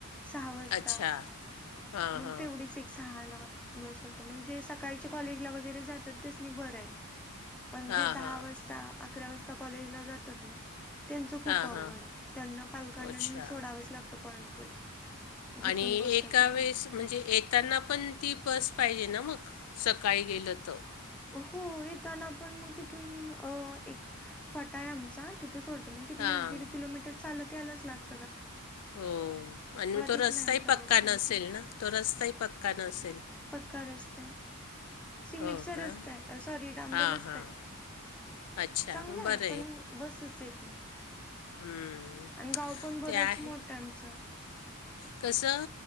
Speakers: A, in the centre; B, on the left (about 85°).
A: सहा वाजता
B: अच्छा. हां.
A: मग
B: हां.
A: तेवढीच एक सहा लाव बस असते मग जे सकाळच्या कॉलेजला वगैरे जातात तेच नाही बरं आहे म्हणजे
B: हां.
A: दहा
B: हां.
A: वाजता अकरा वाजता कॉलेजला जातात ना त्यांचं खूप
B: हां.
A: अवघड
B: हां.
A: आहे त्यांना पालकांना
B: अच्छा.
A: नेऊन सोडावंच लागतं पॉईंट पैसे जिथून
B: आणि
A: बस
B: एका
A: आहे तिथे
B: वेस म्हणजे येताना पण ती बस पाहिजे ना मग सकाळी गेलं तर
A: हो येताना आपण मग तिथून एक फटा आहे आमचा तिथ सोडतं मग तिथ
B: हां
A: एक दिडकीलोमीटर चालत यालाला गते
B: हो आणि तो
A: येत
B: रस्ताही
A: नाही आमच्या बस
B: पक्का
A: कोणती
B: नसेल ना तो रस्ता पक्का काण असल
A: असत सिमिट
B: हो
A: सर
B: का
A: असतय सॉरी डांबर
B: हां
A: असतय
B: हां अच्छा
A: चांगलं
B: मग
A: आहे
B: बरं
A: पण बसच येत नाहीत
B: हं.
A: आणि गाव पण बरच
B: ते आहे
A: मोठं आमचं
B: कसं